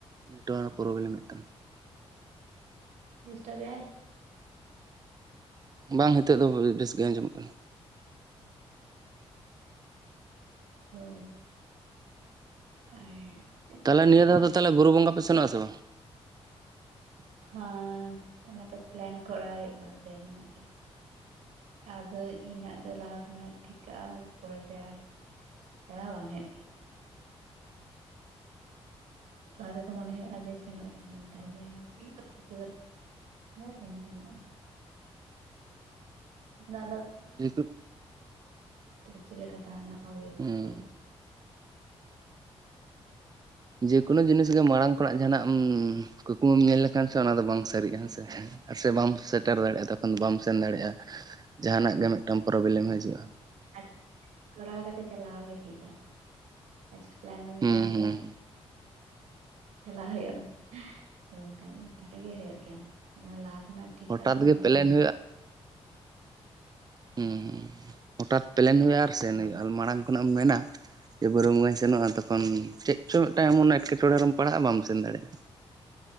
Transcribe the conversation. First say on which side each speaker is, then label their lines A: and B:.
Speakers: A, on the right; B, on the right.
A: ᱱᱮᱴᱚᱣᱟᱨ ᱮ ᱯᱨᱚᱵᱞᱮᱢᱮᱫ ᱛᱟᱢᱟ
B: ᱰᱤᱥᱴᱟᱵ ᱮᱜᱟᱭ
A: ᱵᱟᱝ ᱱᱤᱛᱚᱜ ᱫᱚ ᱵᱮᱥ ᱜᱮ ᱟᱸᱡᱚᱢᱚᱜ ᱠᱟᱱᱟ
B: ᱦᱳᱭ ᱟᱨ
A: ᱛᱟᱦᱚᱞᱮ ᱱᱤᱭᱟᱹ ᱫᱷᱟᱣ ᱫᱚ ᱛᱟᱦᱚᱞᱮ ᱵᱩᱨᱩ ᱵᱚᱸᱜᱟ ᱯᱮ ᱥᱮᱱᱚᱜ ᱟᱥᱮ ᱵᱟᱝ
B: ᱦᱮᱸ ᱚᱱᱟ ᱫᱚ ᱯᱞᱮᱱ ᱠᱚᱨᱟᱣ ᱦᱩᱭᱩᱜᱼᱟ ᱥᱮᱱ ᱨᱮᱱᱟᱜ ᱜᱮ ᱟᱫᱚ ᱤᱧᱟᱹᱜ ᱫᱚ ᱞᱟᱦᱟ ᱩᱱᱟ. ᱜ ᱴᱷᱤᱠᱟ ᱟᱨ ᱯᱚᱨᱮᱛᱮ ᱟᱨ ᱪᱟᱞᱟᱣ ᱵᱟᱝ ᱦᱩᱭᱩᱜ ᱜᱮᱭᱟ ᱞᱟᱦᱟ ᱛᱮᱫᱚ ᱢᱚᱱᱮ ᱦᱩᱭᱩᱜᱼᱟ ᱡᱮ ᱥᱮᱱᱚᱜᱼᱟᱧ ᱥᱮᱱᱚᱜ ᱟ. ᱧ ᱛᱟᱯᱚᱨᱮ ᱦᱟᱜ ᱪᱮᱫ ᱠᱚ ᱪᱤᱠᱟᱹᱜᱼᱟ ᱵᱟ. ᱧ ᱥᱮᱱᱚᱜ ᱟ <unintelligible>
A: <unintelligible>
B: ᱛᱚᱵ ᱪᱮᱫ ᱞᱮᱠᱟ ᱛᱟᱦᱮᱱᱟ
A: ᱦᱩᱸ
B: <unintelligible>
A: ᱡᱮᱠᱳᱱᱳ ᱡᱤᱱᱤᱥ ᱜᱮ ᱢᱟᱲᱟᱝ ᱠᱷᱚᱱᱟᱜ ᱡᱟᱦᱟᱱᱟᱜ ᱠᱩᱠᱢᱩᱢ ᱧᱮᱞ ᱞᱮᱠᱷᱟᱱ ᱠᱷᱟᱱ ᱥᱮ ᱚᱱᱟ ᱫᱚ ᱵᱟᱝ ᱥᱟᱹᱨᱤᱜᱼᱟ ᱦᱮᱸᱥᱮ ᱥᱮ ᱵᱟᱢ ᱥᱮᱴᱮᱨ ᱫᱟᱲᱮᱭᱟᱜᱼᱟ ᱛᱚᱠᱷᱚᱱ ᱫᱚ ᱵᱟᱢ ᱥᱮᱱ ᱫᱟᱲᱮᱭᱟᱜᱼᱟ ᱡᱟᱦᱟᱱᱟᱜ ᱜᱮ ᱢᱤᱫᱴᱟᱝ ᱯᱨᱚᱵᱞᱮᱢ ᱦᱤᱡᱩᱜᱼᱟ
B: ᱟᱪᱠᱟ ᱠᱚᱨᱟᱣ ᱠᱟᱛᱮ ᱪᱟᱞᱟᱣ ᱜᱮ ᱴᱷᱤᱠᱟ ᱟᱪᱠᱟ ᱯᱞᱮᱱ ᱵᱮᱱᱟᱣ
A: ᱦᱩᱸ
B: ᱠᱮᱭᱟ
A: ᱦᱩᱸ
B: ᱪᱟᱞᱟᱣ ᱦᱩᱭᱩᱜᱼᱟ ᱛᱚ ᱚᱱᱠᱟ ᱴᱟᱴᱟ ᱜᱮ ᱦᱩᱭᱩᱜ ᱜᱮᱭᱟ ᱞᱟᱦᱟ ᱩᱱᱟ. ᱜ ᱴᱤᱠᱟ
A: ᱦᱚᱴᱟᱛ
B: ᱚᱱᱟ
A: ᱜᱮ
B: ᱫᱚ
A: ᱯᱞᱮᱱ
B: ᱵᱟᱝᱤᱧ <unintelligible>
A: ᱦᱮᱸ ᱦᱩᱸ ᱦᱚᱴᱟᱛ ᱯᱞᱮᱱ ᱦᱩᱭᱩᱜᱼᱟ ᱟᱨ ᱥᱮᱱ
B: ᱦᱳᱭ
A: ᱦᱩᱭᱩᱜᱼᱟ ᱢᱟᱲᱟᱝ ᱠᱷᱚᱱᱟᱜ ᱮᱢ ᱢᱮᱱᱟ ᱡᱮ ᱵᱩᱨᱩᱢ ᱜᱚᱸᱡᱽ ᱥᱮᱱᱚᱜᱼᱟ ᱛᱚᱠᱷᱚᱱ ᱪᱮᱫ ᱪᱚ ᱢᱤᱫᱴᱟᱱ ᱮᱢᱚᱱ ᱮᱴᱠᱮᱴᱚᱬᱮ ᱨᱮᱢ ᱯᱟᱲᱦᱟᱜᱼᱟ ᱵᱟᱢ ᱥᱮᱱ ᱫᱟᱲᱮᱭᱟᱜᱼᱟ